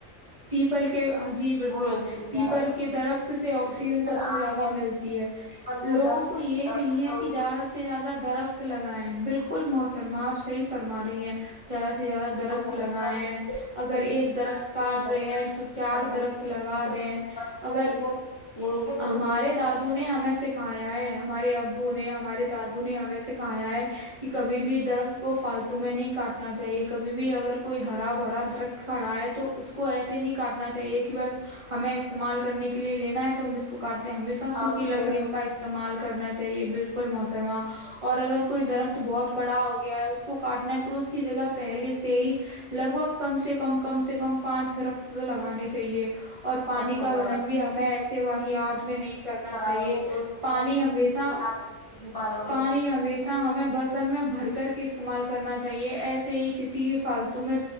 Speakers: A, on the right; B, on the left.
A: پیپل کے جی بالکل
B: وہ ملتی
A: پیپل
B: ہے
A: کے درخت سے آکسیجن
B: لیکن
A: سب سے
B: آج
A: زیادہ
B: کل
A: ملتی ہے
B: بلکہ
A: لوگوں
B: د
A: کو یہ
B: دکش
A: نہیں ہے
B: تو
A: کہ
B: بھی
A: زیادہ
B: تو
A: سے زیادہ درخت لگایں بالکل محترما آپ صحیح فرما رہی ہیں زیادہ سے سے زیادہ درخت
B: وہ
A: لگائے
B: لگتا ہے
A: ہیں اگر
B: جلدی
A: ایک
B: سے
A: درخت کاٹ
B: دیتے
A: رہے
B: کاٹ
A: ہیں تو چار
B: دیتے
A: درخت
B: ہیں،
A: لگا
B: کاٹ
A: دیں
B: دیتے
A: اگر
B: ہیں، لیکن یہ نہیں کہ سوچیں
A: ہمارے
B: کہ
A: دادو نے ہمیں سکھایا ہے ہمارے ابو نے ہمارے دادو نے ہمیں سےکھا ہے کہ کبھی بھی درخت کو فالتو میں نہیں کاٹنا چاہیے کبھی بھی اگر کوئی ہرا بھرا درخت کھڑا ہے تو تو اس کو ایسے نہیں کاٹنا چاہیے کہ کہ بس ہمیں استعمال کرنے کے لیے لینا ہے تو ہم اس کو کاٹتے ہیں ہمیشہ سوکھی
B: ہاؤس کی
A: لکڑیوں
B: جگہ
A: کا استعمال کرنا چاہیے بالکل محترمہ اور اگر کوئی درخت بہت بڑا ہو گیا ہے اس کو کاٹنا ہے تو اس کی جگہ پہلے سے ہی لگ بھگ کم سے کم کم سے کم پانچ درخت لگانے چاہیے <unintelligible> اور پانی
B: سب
A: کا
B: کو
A: وہن
B: لگا
A: بھی ہمیں ایسے ویاد میں نہیں کرنا
B: لگائیں
A: چاہیے
B: گے تو اس
A: پانی
B: سے
A: ہمیشہ
B: وہ کھا پی پائیں گے
A: پانی ہمیشہ ہمیں برتن میں بھر کر کے استعمال کرنا چاہیے ایسے ہی کسی کی فالتو میں